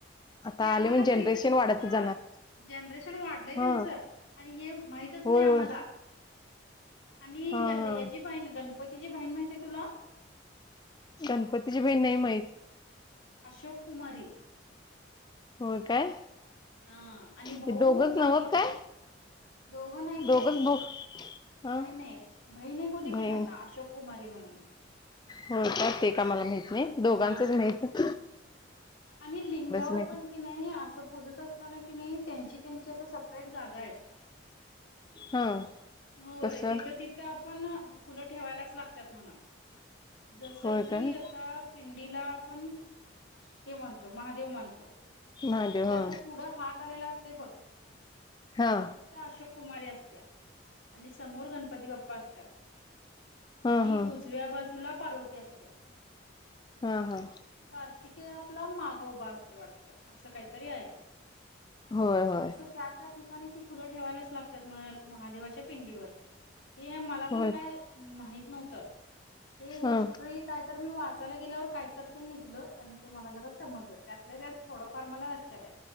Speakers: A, on the left; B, on the left.
A: आता
B: हे
A: आले
B: आम्हाला
A: म्हणजे
B: माहितंच
A: जनरेशन
B: नव्हतं.
A: वाढतच जाणार
B: जनरेशन वाढलंय त्यांचं
A: हा
B: आणि हे माहितच नाई
A: होय
B: आम्हाला.
A: होय
B: आणि
A: हा
B: ह्याल
A: हा
B: ह्याची बहीण गणपतीची बहीण माहिताय तुला?
A: गणपतीची बहीण नई माहित.
B: अशोक कुमारी.
A: हो काय.
B: हा आणि भाऊ
A: हे दोघंच
B: कार्तिकेय
A: नव्हत काय
B: दोघं नाईत
A: दोघंच
B: त्याने
A: भाऊ हा
B: नई नई भईण एक होती की
A: बहीण
B: त्यांना अशोक कुमारी म्हणून.
A: होय का, ते का मला माईत नाई दोघांचंच
B: हा
A: माईत
B: आणि लिंगावर
A: माहिती
B: पण कि नाई असं पूजत असताना कि नाई त्यांची त्यांची असं सपरेट जागायत.
A: हा
B: होय
A: कसं
B: तिथं तिथ् त्यापणं फुलं ठेवायलाच लागतात म्हणा जसं
A: होय
B: की
A: काय
B: आता पिंडीला आपण हे म्हणतो महादेव माणतो
A: महादेव
B: ते
A: हा
B: असं पुढं हात आलेला असतय बघ
A: हा.
B: त्या अशोक कुमारी असतेया. आणि समोर गणपती बाप्पा असत्यात
A: हा
B: आणि
A: हा
B: उजव्या बाजूला पार्वती असत्या.
A: हा हा.
B: कार्तिकेय आपला मागं उभा असतोय वाटत असं काईतरी आये.
A: होय होय.
B: त्या त्या ठिकाणी ती फुलं ठेवायलाच लागतात म्हणा महादेवाच्या पिंडीवर. हे मला पण
A: होय
B: काय माहीत नव्हतं हे
A: हा
B: हिस्ट्री काई तर मी वाचायला गेल्यावर कायतर ते निघलं अणी ते मला जरा समजलं त्यातल्या त्यात थोडंफार मला लक्षाताय